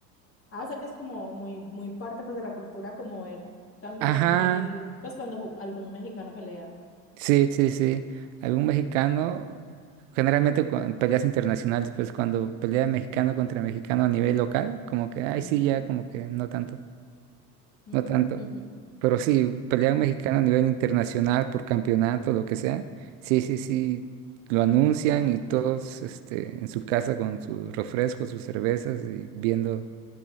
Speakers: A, on the left; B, on the right.
A: ah, o sea que es como muy, muy parte pues de la cultura, como ver también
B: Ajá,
A: el, pues cuando ju- algún mexicano pelea.
B: Sí, sí, sí. Algún mexicano, generalmente cu- en peleas internacionales, pues cuando pelea mexicano contra mexicano a nivel local, como que, ay,
A: Mm,
B: sí, ya, como que no tanto,
A: mm,
B: no tanto.
A: ujú.
B: Pero sí, pelea un mexicano a nivel internacional por campeonato, lo que sea. Sí, sí, sí. Lo anuncian
A: Ay,
B: y
A: qué
B: todos,
A: chévere.
B: este, en su casa con sus refrescos, sus cervezas y viendo,